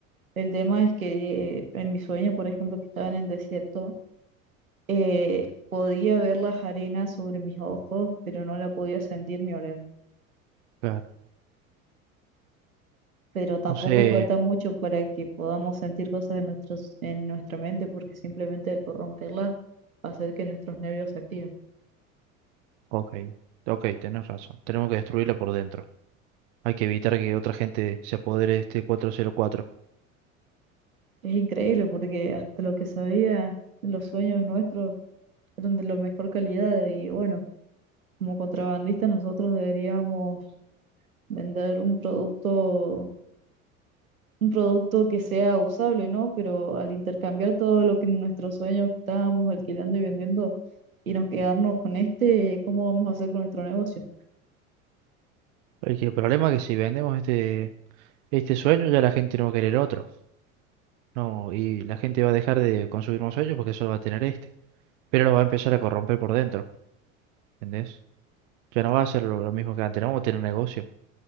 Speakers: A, on the right; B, on the right.
A: El tema es que en mi sueño, por ejemplo, que estaba en el desierto, eh, podía ver las arenas sobre mis ojos, pero no la podía sentir ni oler.
B: claro,
A: Pero tampoco
B: No sé.
A: falta mucho para que podamos sentir cosas en nuestros, en nuestra mente, porque simplemente el corromperlas hacer que nuestros nervios se activen.
B: Ok. Ok, tenés razón. Tenemos que destruirla por dentro. Hay que evitar que otra gente se apodere de este 404.
A: Es increíble porque hasta lo que sabía, los sueños nuestros eran de la mejor calidad y bueno, como contrabandistas nosotros deberíamos vender un producto un producto que sea usable, ¿no? Pero al intercambiar todo lo que nuestros sueños que estábamos alquilando y vendiendo y nos quedarnos con este, ¿cómo vamos a hacer con nuestro negocio?
B: El que- el problema es que si vendemos este, este sueño, ya la gente no va a querer otro. No, y la gente va a dejar de consumir más sueños porque solo va a tener este. Pero lo va a empezar a corromper por dentro. ¿Entendés? Ya no va a ser lo, lo mismo que antes. No vamos a tener negocio.